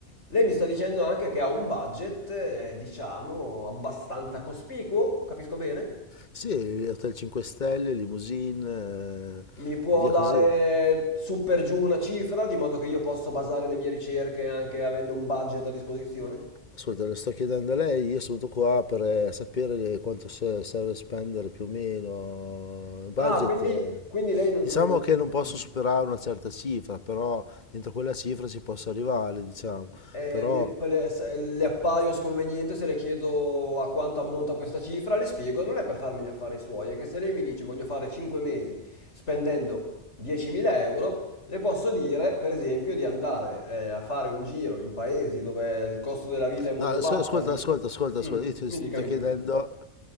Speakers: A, on the left; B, on the left.
A: Lei mi sta dicendo anche che ha un budget, eh, diciamo, abbastanza cospicuo, capisco bene?
B: sì, Hotel 5 Stelle, limousine, eh,
A: Mi può
B: via
A: dare
B: così.
A: su per giù una cifra, di modo che io posso basare le mie ricerche anche avendo un budget a disposizione?
B: Ascolta, le sto chiedendo a lei, io sono venuto qua per eh, sapere quanto se- serve spendere più o meno il budget.
A: Ah, quindi,
B: eh.
A: quindi lei non...
B: Diciamo
A: non...
B: che non posso
A: Mm.
B: superare una certa cifra, però dentro quella cifra si possa arrivare, diciamo.
A: eh,
B: Però,
A: mi- poi le, se- le appaio sconveniente se le chiedo a quanto ammonta questa cifra, le spiego, non è per farmi gli affari suoi, è che se lei mi dice voglio fare 5 mesi spendendo 10.000 euro, le posso dire, per esempio, di andare eh, a fare un giro in paesi dove il costo della vita è molto
B: no, as-
A: basso.
B: ascolta,
A: gli-
B: ascolta, ascolta, ascolta,
A: Mm,
B: io ti
A: mi
B: sto
A: dica, mi
B: chiedendo
A: dica.